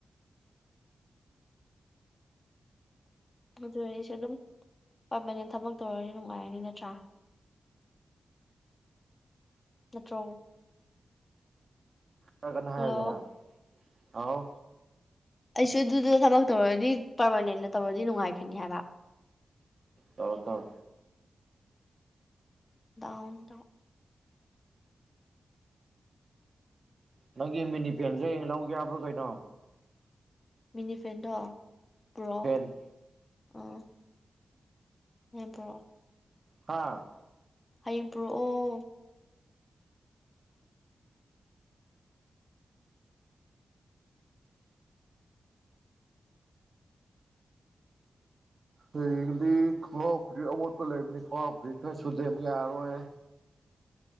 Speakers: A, on the left; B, on the right.
A: ꯑꯗꯨ ꯑꯣꯏꯔꯁꯨ ꯑꯗꯨꯝ ꯄꯥꯔꯃꯥꯅꯦꯟ ꯊꯕꯛ ꯇꯧꯔꯗꯤ ꯅꯨꯡꯉꯥꯏꯔꯅꯤ ꯅꯠꯇ꯭ꯔꯥ ꯅꯠꯇ꯭ꯔꯣ
B: ꯈꯔ ꯀꯟꯅ ꯍꯥꯏꯌꯨꯗꯅ
A: ꯍꯜꯂꯣ
B: ꯍꯥꯎ
A: ꯑꯩꯁꯨ ꯑꯗꯨꯗꯨꯗ ꯊꯕꯛ ꯇꯧꯔꯗꯤ ꯄꯥꯔꯃꯥꯅꯦꯟꯗ ꯇꯧꯔꯗꯤ ꯅꯨꯡꯉꯥꯏꯈꯤꯅꯤ ꯍꯥꯏꯕ
B: ꯇꯧꯔꯣ ꯇꯧꯔꯣ
A: ꯗꯥꯎꯟꯇ
B: ꯅꯪꯒꯤ ꯃꯤꯅꯤꯐꯦꯟꯁꯦ ꯍꯌꯦꯡ ꯂꯧꯒꯦꯕ꯭ꯔꯣ ꯀꯩꯅꯣ
A: ꯃꯤꯅꯤ ꯐ꯭ꯔꯦꯟꯗꯣ ꯀ꯭ꯔꯣ
B: ꯐꯦꯟ
A: ꯑꯣ ꯎ ꯄ꯭ꯔꯣ
B: ꯍꯥꯥ
A: ꯍꯌꯦꯡ ꯄꯨꯔꯛꯑꯣ
B: ꯍꯌꯦꯡꯗꯤ ꯈꯣꯡꯉꯥꯎ ꯐꯨꯔꯤ ꯑꯃꯣꯠꯄ ꯂꯩꯕꯅꯤ ꯈꯣꯡꯉꯥꯎ ꯐꯨꯔꯤ ꯈꯔ ꯁꯨꯗꯕ ꯌꯥꯔꯣꯏ